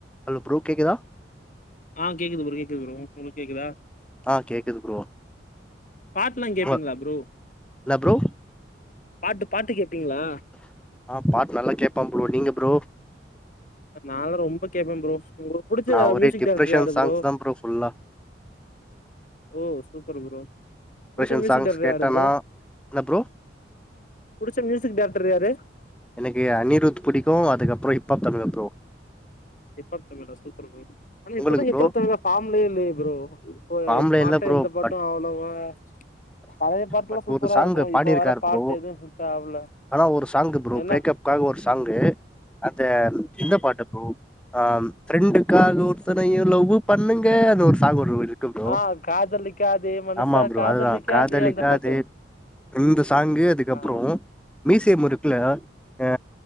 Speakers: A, in the centre; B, on the left (about 45°).
A: hello bro கேக்குதா
B: ஆ கேக்குது ப்ரோ கேக்குது ப்ரோ உங்களுக்கு கேக்குதா
A: ஆ கேக்குது ப்ரோ
B: பாட்டுலா கேப்பீங்களா
A: இல்ல
B: ப்ரோ
A: ப்ரோ
B: பாட்டு பாட்டு கேப்பீங்ளா
A: ஆ பாட்டு நல்லா கேப்பே ப்ரோ நீங்க ப்ரோ
B: நானு ரொம்ப கேப்பே ப்ரோ உங்களுக்கு புடிச்ச
A: நா ஒரே
B: மியூசிக்
A: டிப்ரெஷன்
B: டேரக்டர் யாரு
A: சாங்ஸ்
B: ப்ரோ
A: தா ஃபுல்லா
B: ஓ சூப்பர் ப்ரோ
A: டிப்ரெஷன்
B: புடிச்ச மியூசிக்
A: சாங்ஸ்
B: டேரக்டர்
A: கேட்டனா
B: யாரு ப்ரோ
A: என்ன ப்ரோ
B: புடிச்ச மியூசிக் டேரக்டர் யாரு
A: எனக்கு அனிருத் பிடிக்கு அதுக்கப்பறோ hip-hop Tamizha bro
B: hip-hop Tamizha super bro ஆனா இப்பதா
A: உங்களுக்கு
B: ஹிப்பாப்
A: ப்ரோ
B: தமிழா பார்ம்லயே இல்லயே ப்ரோ இப்ப
A: ஃபார்ம்ல
B: பாட்டு
A: இல்ல ப்ரோ
B: எந்த பாட்டு
A: பட்
B: அவ்ளவா பழைய பாட்டுல்லா
A: பட்
B: சூப்பரா
A: ஒரு சாங்
B: இருக்கு
A: பாடிருக்காரு
B: இப்ப வர பாட்டு
A: ப்ரோ
B: எதுவு ஹிட் ஆவல
A: ஆனா ஒரு சாங் ப்ரோ
B: என்ன
A: பிரேக்கப்காக ஒரு சாங்கு அந்த இந்த பாட்டு ப்ரோ ஆ ஃப்ரெண்டுக்காக ஒருத்தனையு லவ்வு பண்ணுங்க அந்த ஒரு சாங்கு ஒன்னு இரு ப்ரோ
B: ஆ காதலிக்காதே மனுஷா
A: ஆமா ப்ரோ
B: காதலிக்காதே
A: அதுதா காதலிக்காதே
B: அந்த பாட்டு
A: இந்த சாங்கு அதுக்கப்றோ
B: ஆ
A: மீசைய முருக்குல ஆ